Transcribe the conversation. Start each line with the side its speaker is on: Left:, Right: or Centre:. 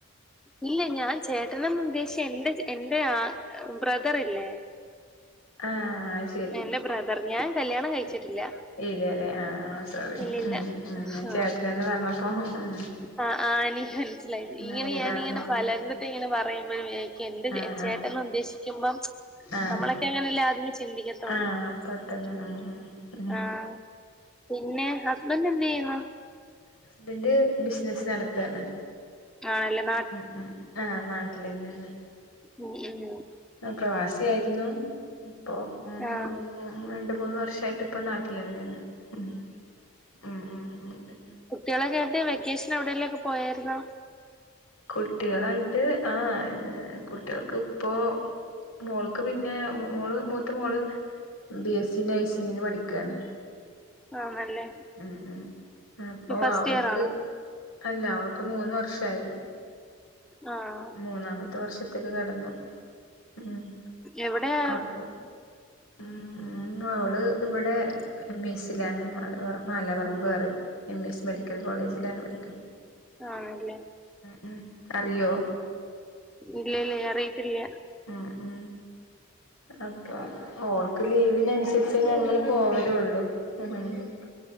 Centre: ഇല്ല ഞാൻ ചേട്ടനന്ന് ഉദ്ദേശിച്ചെ എന്റെ എൻറെ ആ ബ്രദറില്ലേ?
Left: ആഹ് അത് ശ
Centre: എന്റെ ബ്രദർ ഞാൻ കല്യാണം കഴിച്ചിട്ടില്ല
Left: ഇല്ലല്ലേ ആഹ് ആഹ് സോറി
Centre: ഇല്ലില്ല
Left: ഉം ഉം ഞാൻ
Centre: ആഹ്
Left: ചേട്ടനന്ന് പറഞ്ഞപ്പോ ഉം
Centre: ആഹ് ആഹ് എനിക്ക് മനസ്സിലായത് ഇങ്ങനെ
Left: മാരീഡാണെന്ന്
Centre: ഞാനിങ്ങനെ
Left: കരുതി
Centre: പലരുടെ അടുത്ത് ഇങ്ങനെ പറയുമ്പയും എന്ത്
Left: ആഹ്
Centre: ചേട്ടന്ന്
Left: ആഹ്
Centre: ഉദ്ദേശിക്കുമ്പം
Left: ആഹ്
Centre: നമ്മളൊക്കെ ഇങ്ങനെല്ലെആദ്യമേ ചിന്തിക്ക <unintelligible>
Left: ആഹ് പെട്ടെന്ന് ഉം ഉം ഉം
Centre: ആഹ് പിന്നെ ഹസ്ബൻഡ് എന്ത് ചെയ്യുന്നു?
Left: ഹസ്ബന്റ് ബിസിനസ് നടത്താണ്
Centre: ആണല്ലം
Left: ഉം ഉം ആഹ് നാട്ടിലെന്നേണ്
Centre: ഉം ഉം
Left: പ്രവാസി ആയിരുന്നു ഇപ്പോ ഉം <unintelligible>
Centre: ആഹ്
Left: ഉം രണ്ട് മൂന്ന് വർഷായിട്ട് ഇപ്പ നാട്ടിലെന്നേണ് ഉം ഉം ഉം ഉം ഇണ്ട്
Centre: കുട്ടിയാളെകേട്ട് വെക്കേഷൻ എവിടെലൊക്കെ പോയാർന്നോ?
Left: കുട്ടിളായിട്ട് ആഹ് കുട്ടിയാൾക്ക് ഇപ്പൊ മോൾക്ക് പിന്നെ മോ മോള് മൂത്ത മോള് ബി എസ് സി നഴ്സിങ്ങിന് പഠിക്കാണ്.
Centre: ആണല്ലേ
Left: ഉം ഉം അപ്പോ
Centre: ഫസ്റ്റ്
Left: അവൾക്ക്
Centre: ഇയർ ആണോ
Left: അല്ല അവൾക്ക് മൂന്ന് വർഷായി
Centre: ആഹ്
Left: മൂന്നാമ പത്ത് വർഷത്ത്ക്ക് കടന്നു ഉം
Centre: എവിടെയാ
Left: അപ്പൊ ഉം ഉം അവള് ഇവിടെ എം ഇ എസ്സിലാണ് മാലാപറ മാലാപറമ്പ് അറിം എം ഇ എസ് മെഡിക്കൽ കോളേജിലാണ് പഠിക്ക്
Centre: ആണല്ലേ
Left: ഉം അറിയോ
Centre: ഇല്ല ല്ല അറിയത്തില്ല
Left: ഉം ഉം അപ്പൊ ഓൾക്ക് ലീവിനൻസർച്ച് ഞങ്ങള് പോവലൊള്ളു. <unintelligible>